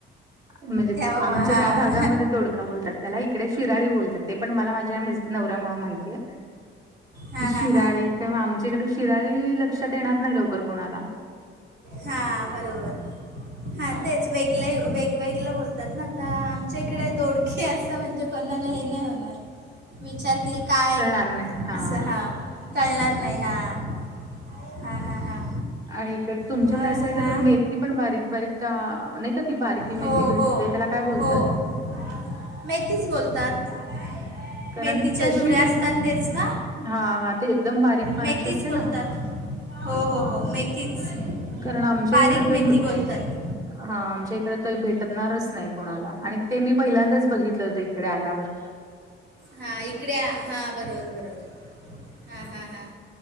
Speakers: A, on the right (about 20°); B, on the right (about 60°).
A: म्हणजे
B: तेव्हा
A: आमच्या
B: हां
A: त्या भागामध्ये दोड काय बोलतात त्याला इकडे शिराळी बोलतात ते पण मला माझ्या मि नवऱ्या मूळ माहितीय
B: हां
A: ती शिराळी
B: हां हां
A: त आमच्याकडे शिराळी लक्षात येणार नाय लवकर कोणाला
B: हा बरोबर हा तेच वेगले वेगवेगल बोलतात ना आता आमच्या इकडे दोडकी असं म्हणजे कोणाला हे हे नाय होणार विचारतील काय?
A: कारणे हा
B: असं हां कळणार नाही हां हां हां हां
A: आणि इकड तुमच्या
B: मग
A: त्या साईडला
B: हां
A: ते मेथी पण बारीक बारीक ता नाय का ती बारकी
B: हो
A: मेथी भेटते
B: हो
A: त्याला काय बोलतात?
B: हो मेथीच बोलतात.
A: कारण
B: मेथीच्या
A: तशी
B: जुड्या
A: मेथी
B: असतात तेच ना
A: हा हा ती एकदम बारीक पाणाची
B: मेथीच
A: असते
B: बोलतात
A: ना
B: हो हो हो मेथीच
A: कारण आमच्या
B: बारीक
A: इकडं ते
B: मेथी बोलतात.
A: हा आमच्या इकडे तर भेटणारच नाय कोणाला आणि ते मी पहिल्यांदाच बघितलं होतं इकडे आल्यावर
B: हा इकडे हा बरोबर बरोबर. हा हा हा